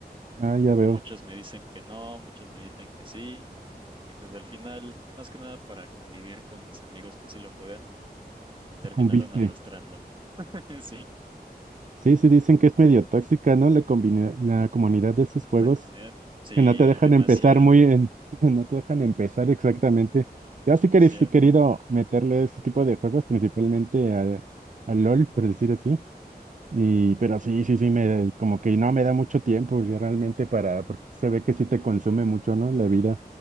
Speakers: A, on the right; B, on the right.
A: Ah, ya
B: Ya
A: veo,
B: muchos me dicen que no, muchos me dicen que sí. Y pues al final, más que nada para convivir con mis amigos que sí lo juegan, me terminaron
A: sucumbiste.
B: arrastrando. <laughs> Sí,
A: Sí, sí, dicen que es medio tóxica, ¿no? La combina- la comunidad de esos juegos,
B: la comunidad. Sí,
A: que no te dejan
B: demasiado,
A: empezar muy en, <laughs> no te dejan empezar exactamente.
B: demasiado.
A: Yo sí que he querido meterle ese tipo de juegos, principalmente a, a LOL, por decir así. Y, pero sí, sí, sí, me, como que no me da mucho tiempo ya realmente para, porque se ve que sí te consume mucho, ¿no? La vida,